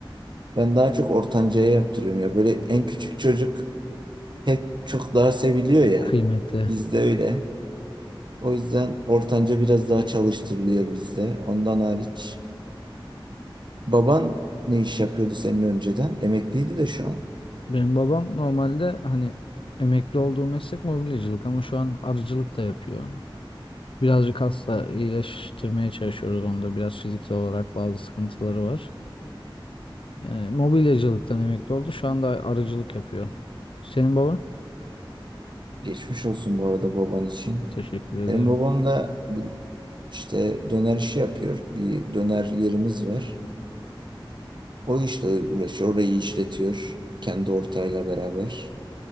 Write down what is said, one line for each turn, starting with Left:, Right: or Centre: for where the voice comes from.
Right: Ben daha çok ortancaya yaptırıyorum ya. Böyle en küçük çocuk hep çok daha seviliyor ya.
Left: Kıymetli.
Right: Bizde öyle. O yüzden ortanca biraz daha çalıştırılıyor bizde. Ondan hariç. Baban ne iş yapıyordu senin önceden? Emekliydi de şu an.
Left: Benim babam normalde hani Emekli olduğu meslek mobilyacılık ama şu an arıcılık da yapıyor. Birazcık hasta iyileştirmeye çalışıyoruz onda. Biraz fiziksel olarak bazı sıkıntıları var. Yani mobilyacılıktan emekli oldu. Şu anda arıcılık yapıyor. Senin baban?
Right: Geçmiş olsun bu arada baban için.
Left: Teşekkür ederim.
Right: Benim babam da bir- işte döner işi yapıyor. Bir döner yerimiz var. O işle uğraşıyor. Orayı işletiyor. Kendi ortağıyla beraber.